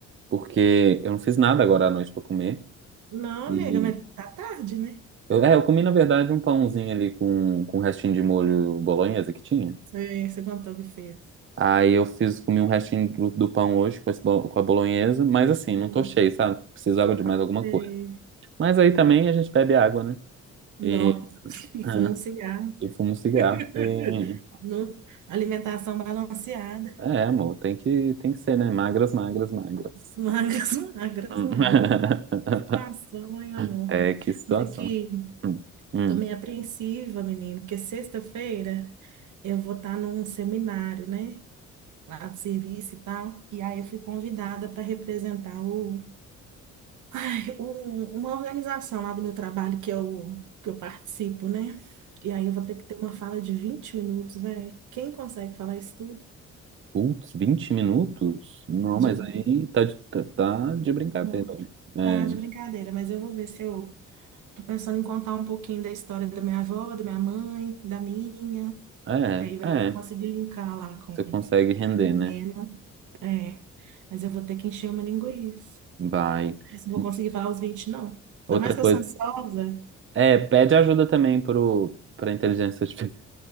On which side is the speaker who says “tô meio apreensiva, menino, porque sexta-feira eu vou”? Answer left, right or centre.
Right